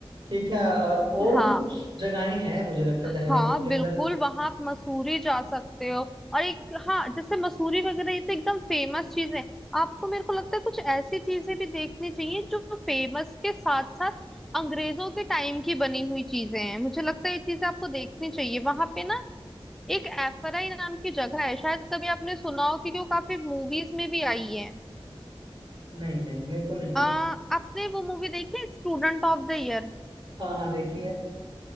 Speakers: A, on the right; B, in the centre.
A: ठीक है और और
B: हाँ
A: भी कुछ जगहें हैं मुझे लगता है
B: हाँ
A: देहरादून के अंदर
B: बिल्कुल वहां आप मसूरी जा सकते हो और एक हाँ जैसे मसूरी वगैरह ये तो एकदम फेमस चीज है आपको मेरे को लगता है कुछ ऐसी चीजें भी देखनी चाहिए जो फेमस के साथ साथ अंग्रेजों के टाइम की बनी हुई चीजें हैं मुझे लगता है ये चीजें आपको देखनी चाहिए वहां पे ना एक एफराई नाम की जगह है शायद कभी आपने सुना हो क्योंकि वो काफी मूवीज में भी आई है
A: नहीं नहीं मेरे को नहीं पता
B: आ, आपने वो मूवी देखी स्टूडेंट ऑफ द ईयर
A: हाँ हाँ देखिए